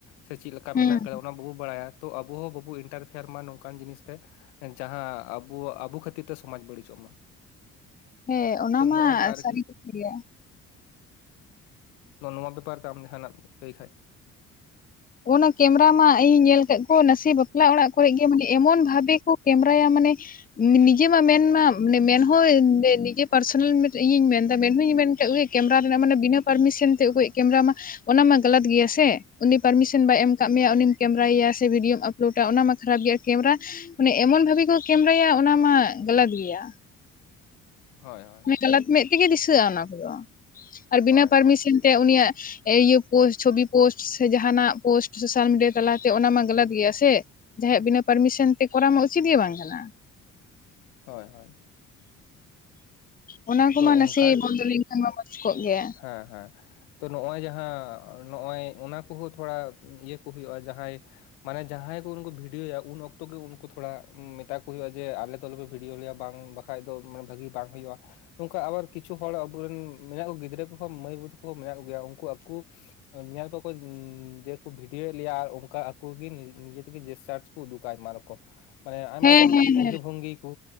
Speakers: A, on the left; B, on the left.
A: ᱥᱮ ᱪᱮᱫ ᱞᱮᱠᱟ
B: ᱦᱩᱸ
A: ᱢᱮᱱᱟᱜ ᱟᱠᱟᱫᱟ ᱚᱱᱟ ᱵᱟᱵᱚ ᱵᱟᱲᱟᱭᱟ ᱛᱚ ᱟᱵᱚ ᱦᱚᱸ ᱵᱟᱵᱚ ᱤᱱᱴᱟᱨ..... ᱯᱷᱮᱭᱟᱨ ᱢᱟ ᱱᱚᱝᱠᱟᱱ ᱡᱤᱱᱤᱥ ᱨᱮ, ᱡᱟᱦᱟᱸ ᱟᱵᱚᱣᱟᱜ ᱟᱵᱚ ᱠᱷᱟᱹᱛᱤᱨ ᱛᱮ ᱥᱚᱢᱟᱡᱽ ᱵᱟᱹᱲᱤᱡᱚᱜ ᱢᱟ
B: ᱦᱮᱸ ᱚᱱᱟᱢᱟ
A: ᱛᱚ ᱱᱚᱜᱼᱚᱝᱠᱟ ᱟᱨᱠᱤ
B: ᱥᱟᱹᱨᱤ ᱠᱷᱟᱛᱟ ᱜᱮ
A: ᱢᱟ ᱱᱚᱣᱟ ᱵᱮᱯᱟᱨ ᱛᱮ ᱟᱢ ᱡᱟᱦᱟᱱᱟᱜ ᱮᱢ ᱞᱟᱹᱭ ᱠᱷᱟᱡ
B: ᱚᱱᱟ ᱠᱮᱢᱮᱨᱟ ᱢᱟ ᱤᱧ ᱧᱮᱞ ᱠᱮᱫ ᱠᱚ ᱱᱟᱥᱮ ᱵᱟᱯᱞᱟ ᱚᱲᱟᱜ ᱠᱚᱨᱮ ᱜᱮ ᱢᱟᱱᱮ ᱮᱢᱚᱱ ᱵᱷᱟᱵᱮ ᱠᱚ ᱠᱮᱢᱨᱟᱭᱟ ᱢᱟᱱᱮ ᱱᱤᱡᱮ ᱢᱟ ᱢᱮᱱ ᱢᱟᱱᱮ ᱢᱮᱱᱦᱚ ᱱᱤᱡᱮ ᱯᱟᱨᱥᱚᱱᱟᱞ ᱤᱧᱤᱧ ᱢᱮᱱᱫᱟ ᱢᱮᱱᱦᱚᱧ ᱢᱮᱱ ᱠᱮᱫ ᱜᱤ ᱠᱮᱢᱮᱨᱟ ᱨᱮᱱᱟᱜ ᱢᱟᱱᱮ ᱵᱤᱱᱟᱹ ᱯᱟᱨᱢᱤᱥᱮᱱ ᱛᱮ ᱚᱠᱚᱭᱟᱜ ᱠᱮᱢᱮᱨᱟ ᱢᱟ ᱚᱱᱟ ᱢᱟ ᱜᱟᱞᱚᱛ ᱜᱮᱭᱟ ᱥᱮ ᱯᱟᱨᱢᱤᱥᱮᱱ ᱵᱟᱭ ᱮᱢ ᱟᱠᱟᱫ ᱢᱮᱭᱟ ᱩᱱᱤᱢ ᱠᱮᱢᱨᱟᱭᱮᱭᱟ ᱥᱮ ᱵᱷᱤᱰᱤᱭᱳᱢ ᱟᱯᱞᱳᱰ-ᱟ ᱚᱱᱟᱢᱟ ᱠᱷᱟᱨᱟᱵ ᱜᱮᱭᱟ ᱠᱮᱢᱮᱨᱟ ᱚᱱᱮ ᱮᱢᱚᱱ ᱵᱷᱟᱵᱮ ᱠᱚ ᱠᱮᱢᱮᱨᱟᱭᱟ ᱚᱱᱟ ᱢᱟ ᱜᱟᱞᱟᱛ ᱜᱮᱭᱟ
A: ᱦᱳᱭ ᱦᱳᱭ
B: ᱜᱟᱞᱟᱛ ᱢᱮᱫ ᱛᱮᱜᱮ ᱫᱤᱥᱟᱹᱜᱼᱟ ᱚᱱᱟ ᱠᱚᱫᱚ ᱟᱨ ᱵᱤᱱᱟ.
A: ᱦᱳᱭ
B: ᱯᱟᱨᱢᱤᱥᱚᱱ ᱛᱮ ᱩᱱᱤᱭᱟᱜ ᱤᱭᱟᱹ ᱯᱳᱥᱴ ᱪᱷᱚᱵᱤ ᱯᱳᱥᱴ ᱥᱮ ᱡᱟᱦᱟᱱᱟᱜ ᱯᱳᱥᱴ ᱥᱳᱥᱟᱞ ᱢᱤᱰᱤᱭᱟ ᱛᱟᱞᱟᱛᱮ ᱚᱱᱟ ᱢᱟ ᱜᱟᱞᱟᱛ ᱜᱮᱭᱟ ᱥᱮ ᱡᱟᱦᱟᱸᱭᱟᱜ ᱵᱤᱱᱟᱹ ᱯᱟᱨᱢᱤᱥᱚᱱ ᱛᱮ ᱠᱚᱨᱟᱣ ᱢᱟ ᱩᱪᱤᱛ ᱜᱮ ᱵᱟᱝ ᱠᱟᱱᱟ
A: ᱦᱳᱭ ᱦᱳᱭ
B: ᱚᱱᱟ ᱠᱚᱢᱟ
A: ᱛᱚ
B: ᱱᱟᱥᱮ
A: ᱚᱱᱠᱟ
B: ᱵᱚᱱᱫᱚ ᱞᱮᱱ ᱠᱷᱟᱱ ᱢᱟ ᱢᱚᱸᱡᱽ ᱠᱚᱜ ᱜᱮᱭᱟ
A: ᱦᱮᱸ ᱦᱮᱸ ᱛᱚ ᱱᱚᱜᱼᱚᱭ ᱡᱟᱦᱟᱸ ᱱᱚᱜᱼᱚᱭ ᱚᱱᱟ ᱠᱚᱦᱚᱸ ᱛᱷᱚᱲᱟ ᱤᱭᱟᱹ ᱠᱚ ᱦᱩᱭᱩᱜᱼᱟ ᱡᱟᱦᱟᱸᱭ ᱢᱟᱱᱮ ᱡᱟᱦᱟᱸᱭ ᱠᱚ ᱩᱱᱠᱩ ᱵᱷᱤᱰᱭᱳᱭᱟ ᱩᱱ ᱚᱠᱛᱚ ᱜᱮ ᱩᱱᱠᱩ ᱛᱷᱚᱲᱟ ᱢᱮᱛᱟ ᱠᱚ ᱦᱩᱭᱩᱜᱼᱟ ᱡᱮ ᱟᱞᱮ ᱫᱚ ᱟᱞᱚᱯᱮ ᱵᱷᱤᱰᱭᱳ ᱞᱮᱭᱟ ᱵᱟᱝ ᱵᱟᱠᱷᱟᱱ ᱠᱷᱟᱡ ᱫᱚ ᱢᱟᱱ... ᱵᱷᱟᱹᱜᱤ ᱵᱟᱝ ᱦᱩᱭᱩᱜᱼᱟ ᱱᱚᱝᱠᱟ ᱟᱵᱟᱨ ᱠᱤᱪᱷᱩ ᱦᱚᱲ ᱟᱵᱚᱨᱮᱱ ᱢᱮᱱᱟᱜ ᱠᱚᱜᱮ ᱜᱤᱫᱽᱨᱟᱹ ᱠᱚᱦᱚᱸ ᱢᱟᱹᱭ ᱵᱟᱹᱵᱩ ᱠᱚᱦᱚᱸ ᱢᱮᱱᱟᱜ ᱠᱚ ᱜᱮᱭᱟ ᱩᱱᱠᱩ ᱟᱠᱚᱠᱩ ᱧᱮᱞ ᱠᱚᱠᱚ ᱡᱮ ᱠᱚ ᱵᱷᱤᱰᱭᱳ ᱮᱫ ᱞᱮᱭᱟ ᱟᱨ ᱚᱱᱠᱟ ᱟᱠᱚ ᱜᱮ ᱱᱤᱡᱮ ᱛᱮᱜᱮ <unintelligible> ᱩᱫᱩᱜᱟ ᱟᱭᱢᱟ ᱨᱚᱠᱚᱢ ᱢᱟᱱᱮ ᱟᱭᱢᱟ
B: ᱦᱮᱸ
A: ᱨᱚᱠᱚᱢ
B: ᱦᱮᱸ
A: ᱚᱝᱜᱤ
B: ᱦᱮᱸ
A: ᱵᱷᱚᱝᱜᱤ ᱠᱚ